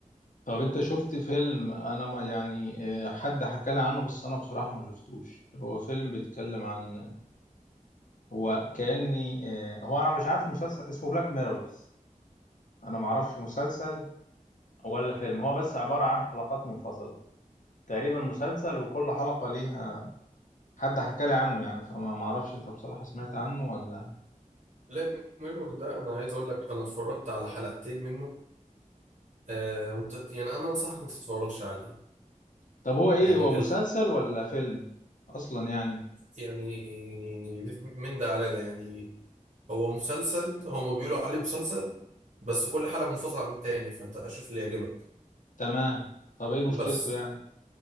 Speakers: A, on the left; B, on the right.
A: طب انت شفت فيلم انا ما يعني آه، حد حكى لي عنه بس انا بصراحة ما شفتوش هو فيلم بيتكلم عن هو كأني آه، هو انا مش عارف مسلسل اسمه بلاك ميرورز انا ما اعرفش مسلسل ولا فيلم هو بس عبارة عن حلقات منفصلة تقريبا مسلسل وكل حلقة ليها حد حكى لي عنه يعني فما ما اعرفش انت بصراحة سمعت عنه ولا
B: بلاك ميرور ده انا عايز اقول لك انا اتفرجت على حلقتين منه آه وت- يعني انا انصحك ما تتفرجش عليه
A: طب هو ايه
B: يعني
A: هو مسلسل
B: ال-
A: ولا فيلم اصلا يعني
B: يعني ليك من ده على ده يعني هو مسلسل هما بيقولوا عليه مسلسل بس كل حلقه منفصله عن التاني فانت شوف اللي يعجبك
A: تمام طب ايه مشكلته
B: بس
A: يعني